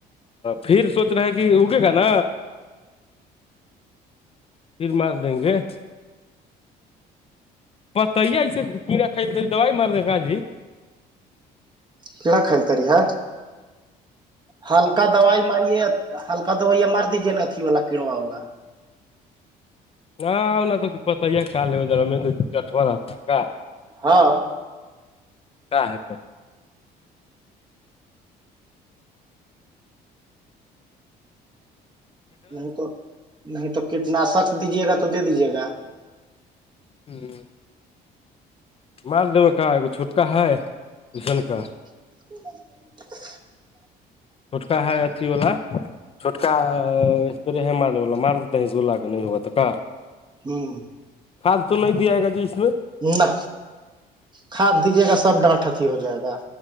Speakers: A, on the left; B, on the right.
A: پھر سوچنا ہے کہ اگے کھ نا پھر مار دیں گے بت ایسے کیڑا کلتے دوائی مار د گجی
B: کناا کائی تاری ہے ہلکا دوائی مارے ہلکا دوائی مار دیجیے نا اھی والا کیڑوا والا
A: نہ نہ تو پت ہی ہے کال ادھر ہم تو جٹوا رہتا ہے کا
B: ہاں
A: کا ہے پ
B: نہیں تو نہیں تو کیٹناشک دیجیے گا تو دے دیجیے گا
A: ہوں مار د کا ای چھوٹکا ہے رسن کا
B: <inaudible>
A: چھوٹکا ہے اھی وال چھوٹکا استرے ہے مارنے والا مار دیتے ہیں گلہلا کے نہیں ہوا تو کا
B: ہوں
A: کھاد تو لے دیائے گا جی اس میں
B: نہ کھا دیجیے گا سب ڈانٹ اتیھی ہو جائے گا